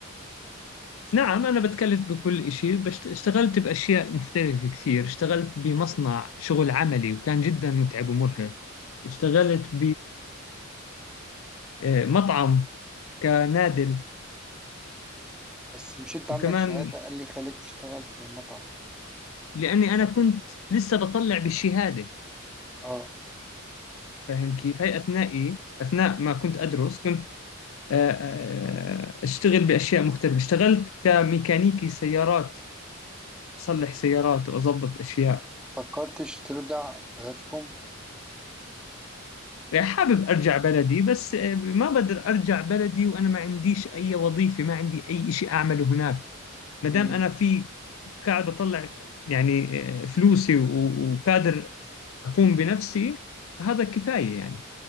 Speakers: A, on the left; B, in the centre.
A: نعم انا بتكلف بكل شيء بس اشتغلت باشياء مختلفه كثير اشتغلت بمصنع شغل عملي وكان جدا متعب ومرهق اشتغلت بمطعم كنادل
B: بس مش انت عندك
A: وكمان
B: شهاده قال لي خليك تشتغل في مطعم
A: لأني أنا كنت لسه بطلع بالشهادة
B: اه
A: فاهم كيف؟ هاي أثنائي أثناء ما كنت أدرس كنت آه، آه، أشتغل بأشياء مختلفة اشتغلت كميكانيكي سيارات أصلح سيارات وأضبط أشياء
B: فكرتش ترجع بلدكم
A: يعني حابب أرجع بلدي بس آه، ما بقدر أرجع بلدي وأنا ما عنديش أي وظيفة ما عندي أي إشي أعمله هناك ما دام
B: امم
A: أنا في قاعد بطلع يعني آه، فلوسي و- وقادر أقوم بنفسي هذا كفاية يعني